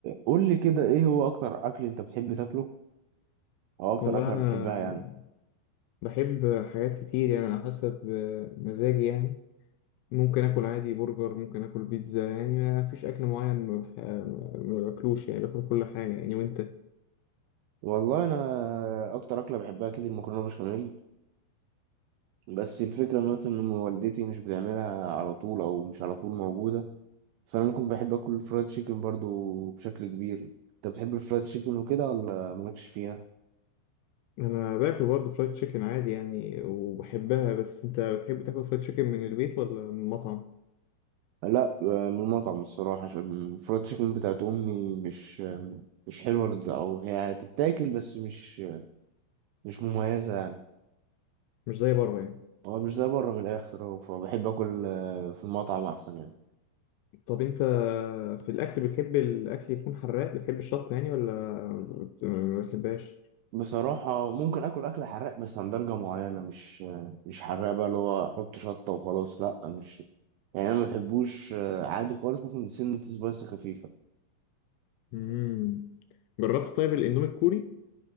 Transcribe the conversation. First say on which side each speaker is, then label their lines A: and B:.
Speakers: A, on the right; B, on the left.
A: قول لي كده ايه هو اكتر اكل انت بتحب تاكله او اكتر
B: والله
A: اكله
B: أنا
A: بتحبها يعني
B: بحب حاجات كتير يعني على حسب مزاجي يعني ممكن آكل عادي برجر ممكن آكل بيتزا يعني ما فيش أكل معين ما بح- ما باكلوش يعني باكل كل حاجة يعني وأنت
A: والله انا اكتر اكله بحبها كده المكرونه بشاميل بس الفكره إن مثلا ان والدتي مش بتعملها على طول او مش على طول موجوده فانا ممكن بحب اكل الفرايد تشيكن برضو بشكل كبير انت بتحب الفرايد تشيكن وكده ولا مالكش فيها
B: أنا باكل برضه فرايد تشيكن عادي يعني وبحبها بس أنت بتحب تاكل فرايد تشيكن من البيت ولا من المطعم؟
A: لا آه، من المطعم الصراحه عشان الفرايد تشيكن بتاعت امي مش مش حلوه للد- او هي هتتاكل بس مش مش مميزه يعني
B: مش زي بره يعني
A: هو مش زي بره من الاخر هو فبحب اكل آه، في المطعم احسن يعني
B: طب أنت في الأكل بتحب الأكل يكون حراق بتحب الشطة يعني ولا بت- ما بتحبهاش؟
A: بصراحة ممكن اكل اكل حراق بس عن درجة معينة مش آه، مش حراق بقى اللي هو احط شطة وخلاص لا مش يعني انا ما بحبوش آه، عادي خالص ممكن سنة سبايس خفيفة
B: مم. جربت طيب الإندومي الكوري؟